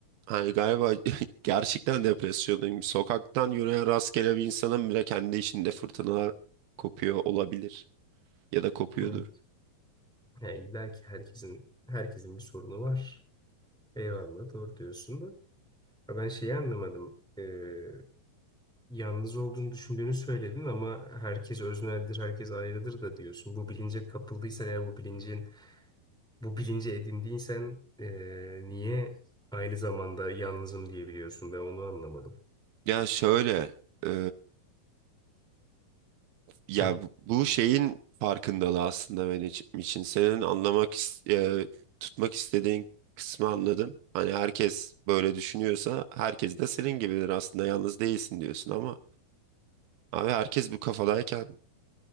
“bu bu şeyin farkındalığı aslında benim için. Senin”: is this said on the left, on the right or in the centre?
Right